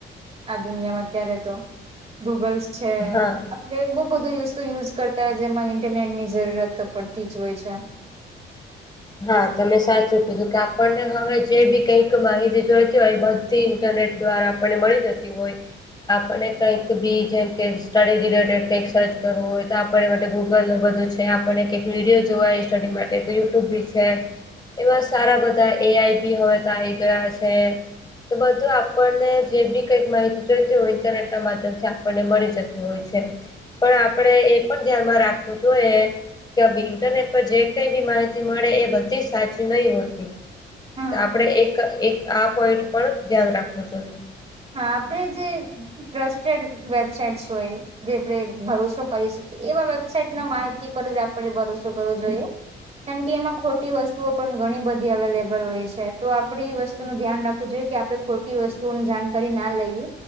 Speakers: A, on the right (about 30°); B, on the left (about 20°).
A: આ દુનિયામાં અત્યારે તો ગૂગલ્સ છે
B: હા
A: આપડે બહુ બધું વસ્તુ યુઝ કરતા હોય જેમાં ઇન્ટરનેટ ની જરૂરત તો પડતી ી જ હોય છે.
B: હા તમે સાચું કીધું કે આપણને હવે જે બી કઈક માહિતી જોઈતી હોય બધ. ઇન્ટરનેટ દ્વારા આપણને મળી જતી હોય. આપને કઈક બી જેમ કે સ્ટડી રિલેટેડ કઈક સર્ચ કરવું હોય તો. આપ માટે ગૂગલ નું બધું છે આપણે કઈક વિડીયો જોવાય સ્ટડી માટે તો યુટ્યુબ બી. એવા સારા બધા એ આઈ બી હવે આવી ગયા છે. તો બધું આપણને જે બી કઈક માહિતી જોઈતીું ઇન્ટરનેટ ના માધ્યમથી આપણને મળી જતી. જે હોય છે. પણ આપે એ પણ ધ્યાનમાં રાખવું જોઈએ કે ઇન્ટરનેટ પર જે કઈ બી માહિતી. મળે એ બધી સાચી નહી હોતી.
A: હા
B: તો આપણે એક એક આ પોઈન્ટ પર ધ્યાન રાખવું જોઈએ.
A: હા આપડ જે ટ્રસ્ટેડ વેબસાઇટસ હોય. જે આપણે ભરોસો કરી શકીએ એવા વેબસાાઈટ ના માહિતી પર જ આપણે ભરોસો કરવો જોઈએ. કારણ કે એમાં ખોટી વસ્તુઓ પણ ઘણી બધી અવેલેબલ હોય છે તો આપડે એ વસ્તુ નું ધ્યાન રાખ. જોઈએ કે આપણે ખોટી વસ્તુની જાણકારી ના લઈએ